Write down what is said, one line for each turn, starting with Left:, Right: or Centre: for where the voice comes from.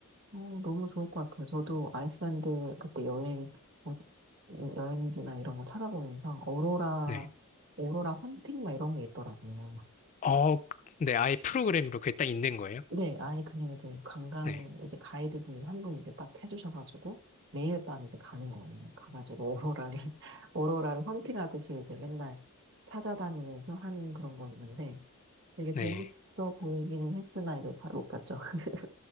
Right: 어, 너무 좋을 것 같아요. 저도 아이슬란드 그때 여행, 어, 여행지나 이런 거 찾아보면서 오로라,
Left: 네.
Right: 오로라 헌팅 막 이런 게 있더라고요.
Left: 어, 그- 네, 아예 프로그램으로 그게 딱 있는 거예요.
Right: 네, 아예 그냥 이제 관광
Left: 네.
Right: 이제 가이드분 한 분 이제 딱 해주셔가지고 매일 밤 이제 가는 거예요. 가가지고 오로라를 <laughs> 오로라를 헌팅하듯이 이제 맨날 찾아다니면서 하는 그런 거였는데 되게 재밌어
Left: 네.
Right: 보이기는 했으나 이제 잘 못 갔죠. <laughs>